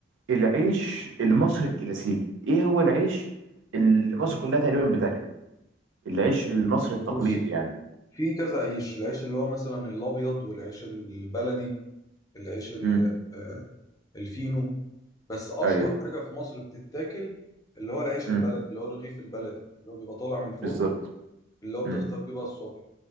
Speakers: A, on the right; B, on the left.
A: العيش المصري الكلاسيكي ايه هو العيش اللي مصر كلها تقريبا بتاكله العيش المصري التقليدي
B: بص
A: يعني
B: في كذا عيش العيش اللي هو مثلا الابيض والعيش البلدي العيش ال-
A: امم
B: آه، الفينو بس اشهر
A: ايوه
B: حاجه في مصر بتتاكل اللي هو العيش
A: امم
B: البلدي اللي هو الرغيف البلدي اللي هو بيبقى طالع من الفرن
A: بالظبط
B: اللي هو بتفطر
A: امم
B: بيه بقى الصبح